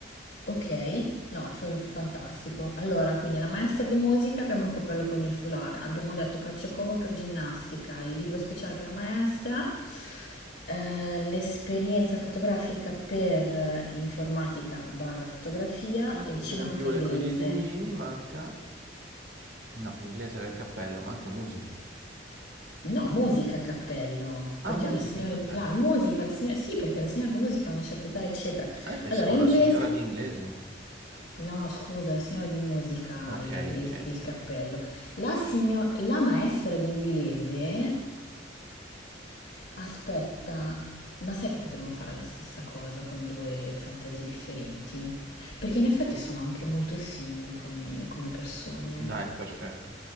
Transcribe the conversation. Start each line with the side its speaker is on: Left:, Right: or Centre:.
Left: Ok, no, f- fantastico. Allora, quindi la maestra di musica, abbiamo il cappello con il foulard, abbiamo detto calciocomo per ginnastica, il libro speciale per la maestra, eh, l'esperienza fotografica per informatica barra fotografia
Right: Mm,
Left: e ci
Right: Grembiule
Left: manca inglese.
Right: coi disegnini, manca... No, inglese era il cappello, manca musica.
Left: No, musica a cappello,
Right: Ah,
Left: perché
Right: musica
Left: è una signora
Right: e cappello.
Left: di classe. Musica, la signora... Sì, perché la signora di musica ha una certa età, eccetera.
Right: Ah, io pensavo
Left: Allora, inglese...
Right: la signora di inglese.
Left: No, scusa, la signora di musica,
Right: Ok,
Left: il, il-
Right: ok, ok,
Left: il cappello.
Right: ok.
Left: La, signo- la maestra di inglese, aspetta, ma sai che potremmo fare la stessa cosa con due fantasie differenti? Perché in effetti sono anche molto simili come, come persone.
Right: Dai, perfetto.